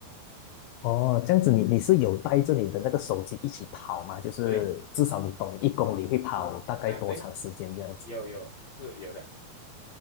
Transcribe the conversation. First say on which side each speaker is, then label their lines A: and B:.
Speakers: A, on the left (about 80°); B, on the left (about 50°).
A: 哦，这样子你你是有带着你的那个手机一起跑吗？就是至少你懂你一公里会跑大概多长时间这样子。
B: 对啊，对，有有是有的。